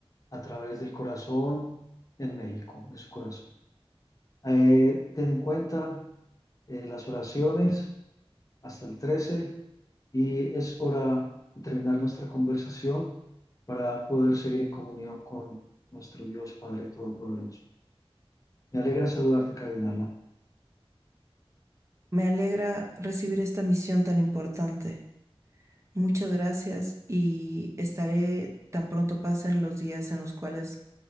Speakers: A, on the left; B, on the right.
A: a través del corazón en México, de su corazón. Eh, ten en cuenta eh, las oraciones hasta el 13 y es hora de terminar nuestra conversación para poder seguir en comunión con nuestro Dios Padre Todopoderoso. Me alegra saludarte, Cardenal.
B: Me alegra recibir esta misión tan importante Muchas gracias y estaré tan pronto pasen los días en los cuales